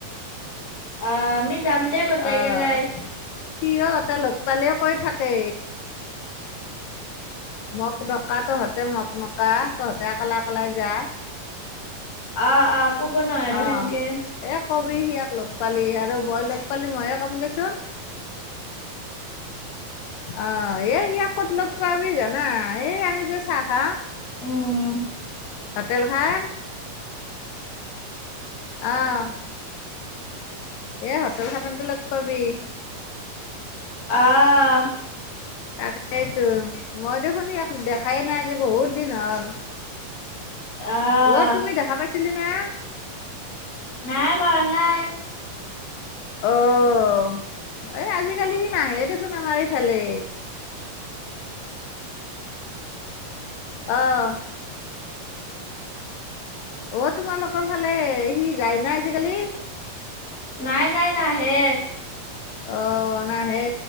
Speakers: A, on the left; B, on the left.
A: অ', আমি যাম। দে গোটেই
B: অ',
A: গেলাই।
B: সিও, এটা লগ পালে কৈ থাকে। মক নকা, তহঁতে মক মকা, তহঁতে অকলে অকলে যা।
A: অ', অ', ক'ব ন, আৰু
B: অঁ
A: সেনকে।
B: এই কবি ইয়াক লগ পালি, আৰু মই লগ পালে, মইয়ে ক'ম দেচোন। অ', এই ইয়াক ক'ত লগ পাবি জানা, এই আমি যে চাহ খাওঁ।
A: উম।
B: হটেলখন। অ', এ হোটেলখনতে লগ পাবি।
A: অ'।
B: তাকেটো, মই দেখোন ইয়াক দেখাই নাই যে, বহুত দিন হ'ল।
A: অ'।
B: অ', তুমি দেখা পাইছিলি না?
A: নাই, পোৱা নাই।
B: অ', এই আজিকালি সি, নাহে দেখোন আমাৰ এইফালে। অ'। অ', তোমালোকৰ ফালে, সি যায় না আজিকালি?
A: নাই, নাই, নাহে।
B: অ', নাহে।